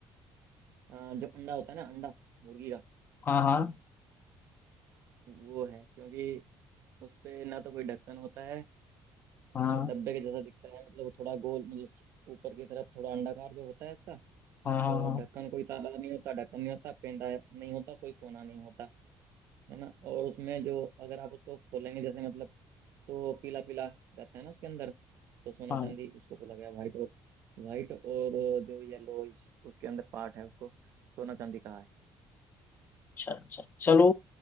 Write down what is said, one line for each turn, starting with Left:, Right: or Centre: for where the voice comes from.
Right: अ, जो अंडा होता है ना अंडा मुर्गी का
Left: हाँ हाँ
Right: वो है क्योंकि उस पे ना तो कोई ढक्कन होता है
Left: हाँ
Right: और डब्बे के जैसा दिखता है मतलब वो थोड़ा गोल मतलब ऊपर की तरफ थोड़ा अंडाकार जो होता है इसका
Left: हाँ हाँ
Right: और
Left: हाँ
Right: ढक्कन कोई ताला नहीं होता ढक्कन नहीं होता पेंदा नहीं होता कोई कोना नहीं होता है ना और उसमें जो अगर आप उसको खोलेंगे जैसे मतलब तो पीला पीला रहता है ना उसके अंदर तो सोना
Left: हाँ
Right: चांदी उसको बोला गया व्हाइट और व्हाइट और जो येलो उसके अंदर पार्ट है उसको सोना चांदी कहा है
Left: अच्छा अच्छा चलो